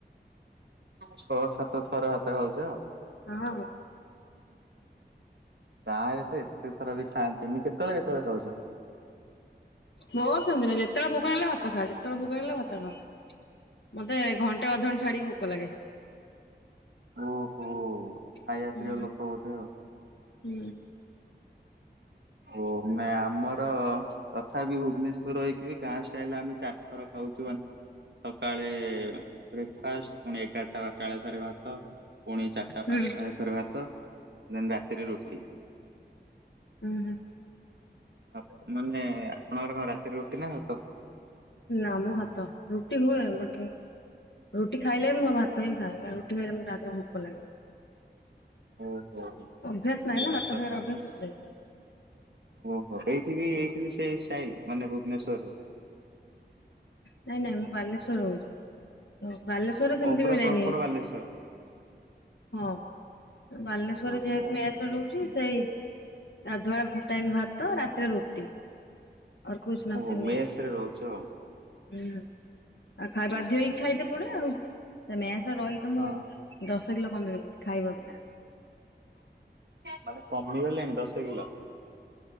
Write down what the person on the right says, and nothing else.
ଛଅ ସାତ ଥର ଭାତ ଖାଉଛ?
ଗାଁରେ ତ ଏ ଏତେ ଥର ବି ଖାଆନ୍ତିନି କେତେବେଳେ କେତେବେଳେ ଖାଉଛ?
ଓହୋ। ଖାଇଆ
ପ୍ରିୟ ଲୋକ ବୋଧେ ଆଉ।
ଓ ନାଇଁ ଆମର ତଥାପି ଭୁବନେଶ୍ୱର ରହିକି ବି ଗାଁ ଷ୍ଟାଇଲରେ ଆମେ ଚାରିଥର ଖାଉଛୁ ମାନେ ସକାଳେ ବ୍ରେକ୍ଫାଷ୍ଟ ପୁଣି ଏଗାରଟା ବାରଟା ବେଳେ ଫେରେ ଭାତ ପୁଣି ଚାରିଟା
ପାଞ୍ଚଟା ବେଳେ ଥରେ ଭାତ ଦେନ୍ ରା ତିରେ ରୁଟି।
ଆପ୍ ମାନେ ଆପଣଙ୍କର କଣ ରାତିରେ ରୁଟି ନା ଭାତ?
ଓ ଓହୋଃ,
ଖାଲି
ଭାତ
ଖାଆନ୍ତି
ଓହୋଃ ଏଇଠି ବିଇ-ଇ-ଇ <inaudible> ସେଇ ଷ୍ଟାଇଲ ମାନେ ଭୁବନେଶ୍ୱରରେ?
ଓ ପୁରା
ପ୍ରପର ବାଲେଶ୍ଵର
ଓହୋ
ଓ
ମେସରେ
ରହୁଛ?
ହୁଁ
ହୁଁ
ହଁ
ମାନେ କମିଗଲେଣି? ଦଶ କିଲୋ।